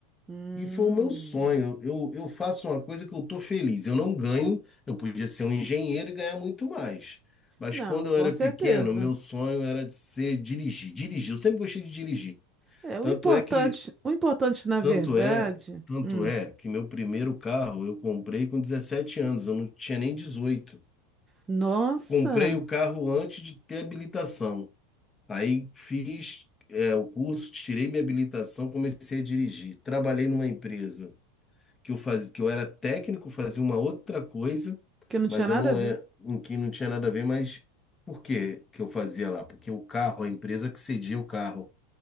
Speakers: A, on the right; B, on the left.
A: Hum.
B: E foi o meu sonho. Eu, eu faço uma coisa que eu tô feliz. Eu não ganho, eu podia ser um engenheiro e ganhar muito mais. Mas
A: Não,
B: quando eu
A: com
B: era
A: certeza.
B: pequeno, meu sonho era de ser dirigir. Dirigir, eu sempre gostei de dirigir.
A: É, o
B: Tanto
A: importante,
B: é que,
A: o importante na
B: tanto
A: verdade.
B: é, tanto
A: hum,
B: é que meu primeiro carro eu comprei com 17 anos, eu não tinha nem 18.
A: nossa,
B: Comprei o carro antes de ter habilitação. Aí fiz, é, o curso, tirei minha habilitação, comecei a dirigir. Trabalhei numa empresa que eu faz, que eu era técnico, fazia uma outra coisa,
A: que não
B: mas
A: tinha nada
B: eu não
A: a ver.
B: é, em que não tinha nada a ver, mas por que que eu fazia lá? Porque o carro, a empresa que cedia o carro.